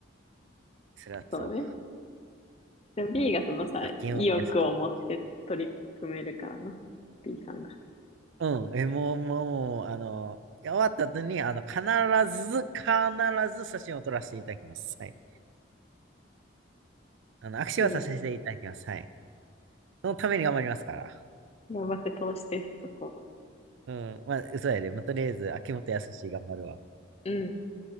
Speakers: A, on the right; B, on the left.
A: そりゃそ
B: そうね。でも B
A: う。うん。
B: がそのさ、
A: うん。あ、金曜と安い。
B: 意欲を持って取り組めるからな。B さんが。
A: うん。え、もう、もう、あの、終わった後に、あの、必ず、必ず写真を撮らせていただきます。はい。あの、握手はさせていただきます。
B: うん。
A: はい。そのために頑張りますから。
B: 頑張って通して、そこ。
A: うん。まあ、嘘やで。まあ、とりあえず、秋元康頑張るわ。
B: うん。